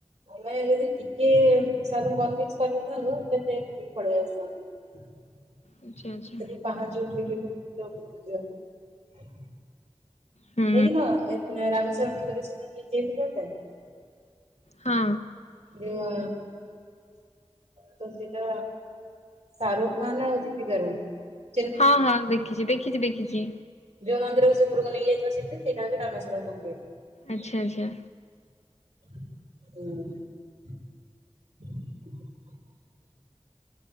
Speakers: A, on the right (about 85°); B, on the left (about 85°).
A: ଆମେ ଯଦି ଟିକେ ଟିକେ ସାର୍ ଙ୍କୁ କନଭିନ୍ସ କରି ଦେଇଥାନ୍ତୁ ଦେନ୍ ଯାଇକି ବୁଲିକି ପଳେଇ ଆସି ଥାଆନ୍ତୁ।
B: ଆଚ୍ଛା ଆଚ୍ଛା
A: ସେଠି ପାହଚ ଉଠିକି ପୁରା ଉପରକୁ ଯାଉ।
B: ହୁଁ
A: ଦେଖିନ ଏ ରାମେଶ୍ଵର ମନ୍ଦିର ସେଠି <unintelligible>
B: ହଁ।
A: ଏ ଅ ତ ସେଇଟା ଶାହାରୁଖ ଖାନ ଆଉ ଦିପିକାର ।
B: ହଁ ହଁ ଦେଖିଛି ଦେଖିଛି ଦେଖିଛି।
A: ଯୋଉ ମନ୍ଦିରର ସେ ଉପରକୁ ନେଇକି ଯାଇଥିଲା ସେଇଠି ସେଇଟା ହଉଛି ରାମେଶ୍ୱର ମନ୍ଦିରଟା।
B: ଆଚ୍ଛା ଆଚ୍ଛା।
A: ହୁଁ। ହ।